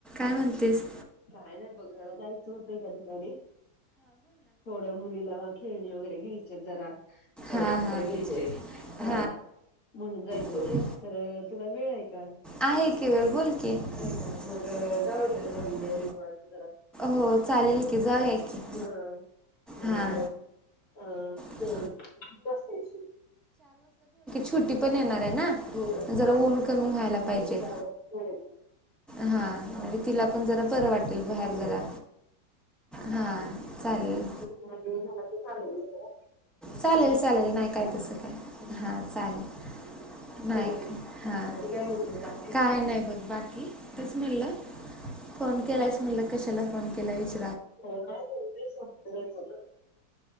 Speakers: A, in the centre; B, on the left (about 45°).
A: काय म्हणतीस?
B: काय नाही बघ मला जायचं होतं एका ठिकाणी थोडं मुलीला खेळणी वगैरे घ्यायचेत जरा थोडं
A: हा हा
B: कपडे
A: हा
B: घ्यायचेत हा म्हणून जायचं
A: होते
B: होतं तर तुला वेळ आहे का?
A: आहे की वेळ बोल की आहे का
B: ह मग जाउया
A: जाऊया
B: काय
A: का
B: जरा <unintelligible>
A: उद्या
B: जरा
A: हो चालेल की जाऊया की.
B: हा
A: हा
B: मग हम् तू
A: किती
B: किती वाजता येशील?
A: छुटी पण येणार आहे ना
B: बर. <unintelligible>
A: जरा ऊन कमी व्हायला पाहिजे हा म्हणजे तिला पण जरा बरं वाटेल बाहेर
B: हा.
A: जरा. हा चालेल,
B: तुला वेळ झाला तर चालेल ना जरा.
A: चालेल, चालेल नाही काय तस काय हा चालेल. नाही
B: हम्
A: हां
B: आणि काय बोलतेय बाकी
A: काय नाही बघ बाकी तेच म्हणलं, फोन केलायस म्हणल कशाला फोन केला? विचार.
B: कायचं ना